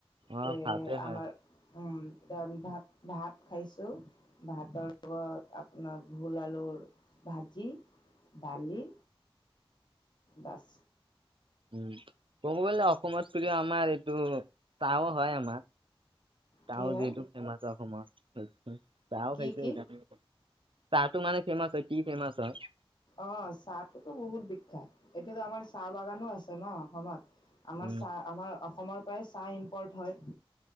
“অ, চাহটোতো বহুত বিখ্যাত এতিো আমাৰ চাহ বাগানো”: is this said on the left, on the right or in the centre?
Left